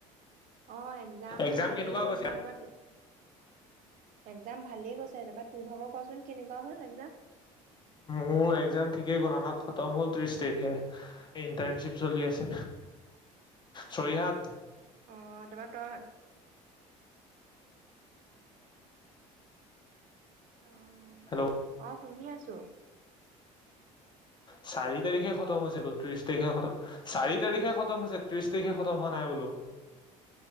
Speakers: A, on the right; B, on the left.
A: অ একজাম
B: এক্জাম
A: ভালেই
B: কেনেকুৱা
A: গ'ল
B: গৈছে
A: বা তা পা থেং। যাম ভালেই কৈছে তাৰপা তোৰ ভাগক কচোন কেনেকুৱা হ'ল এক যাম।
B: মোৰ এক্জাম ঠিকেই গল আমাক খতম হ'ল ত্ৰিশ তাৰিখে ইণ্টাৰ্নশ্বিপ চলি আছে চৰিহাত।
A: অহ তা পা তই। অ
B: হেল্ল'
A: অ শুনি আছোঁ।
B: চাৰি তাৰিখে খতম হৈছিলো। ত্ৰিশ তাৰিখে খ চাৰি তাৰিখে খতম হৈছে ত্ৰিশ তাৰিখে খতম হোৱা নাই বোলো।